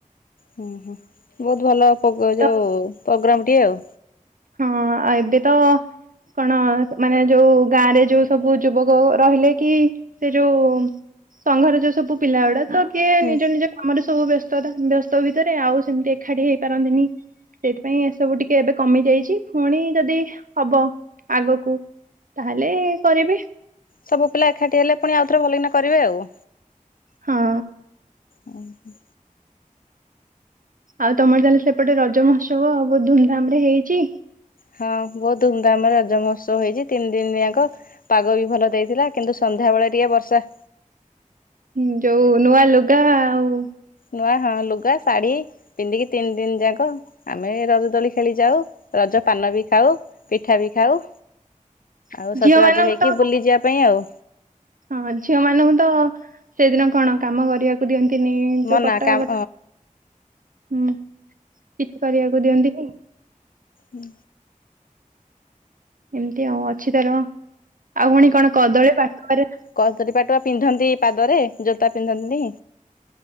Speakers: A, on the left (about 85°); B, on the right (about 75°).
A: ହୁଁ ହୁଁ ବହୁତ୍ ଭଲ ପୋଗୋ
B: ତ
A: ଯୋଉ ପ୍ରୋଗ୍ରାମ ଟିଏ ଆଉ।
B: ହଁ ଏବେ ତ କଣ ମାନେ ଯୋଉ ଗାଁ ରେ ଯୋଉ ସବୁ ଯୁବକ ରହିଲେ କି ସେ ଯୋଉ ସଂଘର ଯୋଉ ସବୁ ପିଲା ଗୁଡା ତ କିଏ
A: ହୁଁ।
B: ନିଜ ନିଜ ଆମର ସବୁ ବ୍ୟସ୍ତତା ବ୍ୟସ୍ତ ଭିତରେ ଆଉ ସେମିତି ଏକାଠି ହେଇପାରନ୍ତିନି। ସେଥିପାଇଁ ଏସବୁ ଟିକେ ଏବେ କମି ଯାଇଛି। ଆ ପୁଣି ଯଦି ହବ ଆଗକୁ ତାହେଲେ କରିବେ।
A: ସବୁ ପିଲା ଏକାଠି ହେଲେ ପୁଣି ଆଉଥରେ ଭଲକିନା କରିବେ ଆଉ।
B: ହଁ।
A: ହଁ ହଁ
B: ଆଉ ତମର ତାହେଲେ ସେପଟେ ରଜ ମହୋତ୍ସବ ବହୁତ ଧୁମ୍ ଧାମ୍ ରେ ହେଇଛି?
A: ହଁ ବହୁତ୍ ଧୁମଧାମରେ ରଜ ମହୋତ୍ସବ ହେଇଛି ତିନି ଦିନ ଜାଙ୍କ ପାଗ ବି ଭଲ ଦେଇ ଥିଲା କିନ୍ତୁ ସନ୍ଧ୍ୟାବେଳେ ଟିକେ ବର୍ଷା।
B: ହଁ ଯୋଉ ନୂଆ ଲୁଗା ଆଉ
A: ନୂଆ ହଁ ଲୁଗା, ଶାଢ଼ୀ। ପିନ୍ଧିକି ତିନି ଦିନ ଯାକ ଆମେ ରଜ ଦୋଳି ଖେଳି ଯାଉ ରଜ ପାନ ବି ଖାଉ। ପିଠା ବି ଖାଉ।
B: <inaudible>
A: ଆଉ ସଜବାଜ
B: ମାନଙ୍କୁ
A: ହେଇକି
B: ତ
A: ବୁଲି ଯିବା ପାଇଁ ଆଉ।
B: ହଁ ଝିଅ ମାନଙ୍କୁ ତ ସେଇଦିନ କଣ କାମ କରିବାକୁ ଦିଅନ୍ତିନି ଯୋଉ
A: ମନା
B: କଟା
A: କାମ
B: ବଟା ହୁଁ। ଚିଟ୍ କରିବାକୁ ଦିଅନ୍ତି ନି?
A: ହୁଁ।
B: ଏମିତି ଆଉ ଅଛି ତାର ଆଉ ପୁଣି କଣ କଦଳୀ ପାଟୁଆ ରେ
A: କଦୁରୀପଟୁଆ ପିନ୍ଧନ୍ତି ପାଦରେ ଜୋତା ପିନ୍ଧନ୍ତିନି